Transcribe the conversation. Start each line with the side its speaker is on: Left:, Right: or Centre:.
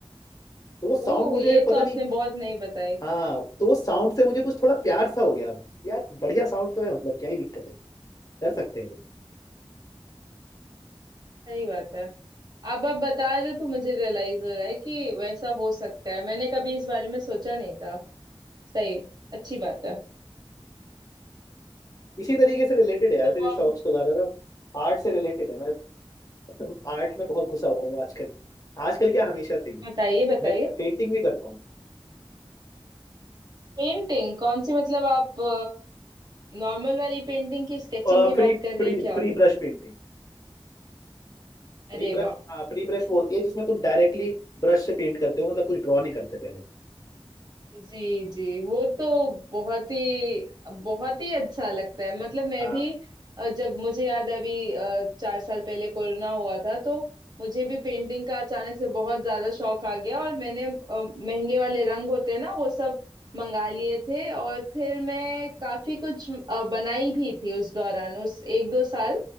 Left: तो वो साउंड
Right: ओ
Left: मुझे
Right: ये
Left: पता
Right: तो आपने
Left: नहीं
Right: बहुत नहीं बताई
Left: हाँ तो वो साउंड से मुझे कुछ थोड़ा प्यार सा हो गया यार बढ़िया साउंड तो है मतलब क्या ही दिक्कत है कर सकते हैं
Right: सही बात है अब आप बता रहे हो तो मुझे रियलाइज हो रहा है कि वैसा हो सकता है मैंने कभी इस बारे में सोचा नहीं था सही अच्छी बात है
Left: इसी तरीके से रिलेटेड है यार
Right: तो
Left: मेरे शौक
Right: अब
Left: से ज्यादा ना आर्ट से रिलेटेड है मैं <laughs> आर्ट में बहुत घुसा हुआ हूँ आजकल आजकल क्या हमेशा से ही
Right: बताइए बताइए
Left: मैं पेंटिंग भी करता हूँ
Right: पेंटिंग कौन सी मतलब आप नॉर्मल वाली पेंटिंग की स्केचिंग
Left: और
Right: की
Left: free
Right: बात
Left: free
Right: कर रहे हैं क्या
Left: free brush painting
Right: अरे
Left: Free brush
Right: वाह
Left: हाँ फ्री ब्रश वो होती है जिसमें तुम डायरेक्टली ब्रश से पेंट करते हो मतलब कुछ ड्रॉ नहीं करते पहले
Right: जी जी वो तो बहुत ही बहुत ही अच्छा लगता है मतलब मैं
Left: हाँ
Right: भी अ, जब मुझे याद है अभी अ, चार साल पहले कोरोना हुआ था तो मुझे भी पेंटिंग का अचानक से बहुत ज्यादा शौक आ गया और मैंने अ, महंगे वाले रंग होते हैं ना वो सब मंगा लिए थे और फिर मैं काफी कुछ अ, बनाई भी थी उस दौरान उस एक दो साल